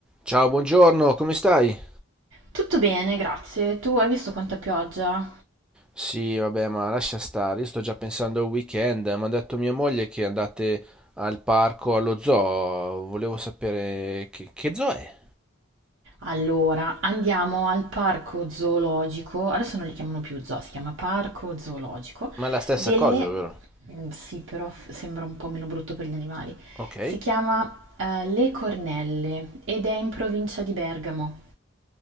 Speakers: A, in the centre; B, on the right.
A: Ciao, buongiorno, come stai?
B: Tutto bene, grazie. Tu hai visto quanta pioggia?
A: Sì, vabbè, ma lascia stare, io sto già pensando al weekend, mi ha detto mia moglie che andate al parco, allo zoo, volevo sapere che, che zoo è?
B: Allora, andiamo al parco zoologico, adesso non li chiamano più zoo, si chiama parco zoologico,
A: Ma è la stessa
B: delle...
A: cosa, vero?
B: mm, Sì, però f- sembra un po' meno brutto per gli animali.
A: Ok,
B: Si chiama eh, Le Cornelle ed è in provincia di Bergamo.